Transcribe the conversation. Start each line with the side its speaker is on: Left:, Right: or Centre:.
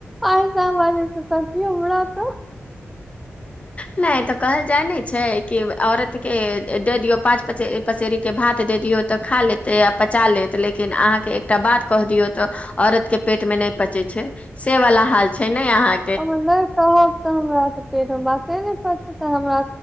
Centre: एहिस बाज तियौरातऽ
Left: नहि तऽ कहल जाय ने छै कि औरत के दे दियो पाँच पचेरी के भात दे दिय तऽ खा लेते आ पचा लेत लेकि अहाँके एकटा बात क दियौ तऽ औरत के पेट मे हि पचे छै से वला हाल छै ने अहाँ
Centre: ओ नहि कहब तऽ हमरा तपेट मे बाते नहि कर छै तऽ हमरा